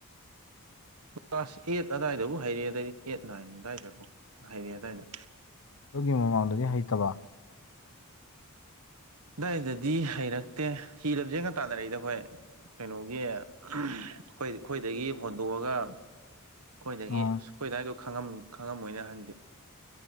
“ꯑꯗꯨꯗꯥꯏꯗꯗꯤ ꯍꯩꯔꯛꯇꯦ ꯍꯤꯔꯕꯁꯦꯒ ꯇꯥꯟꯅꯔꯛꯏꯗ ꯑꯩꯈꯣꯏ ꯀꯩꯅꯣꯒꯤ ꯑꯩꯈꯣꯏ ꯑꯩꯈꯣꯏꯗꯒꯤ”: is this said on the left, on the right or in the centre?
Right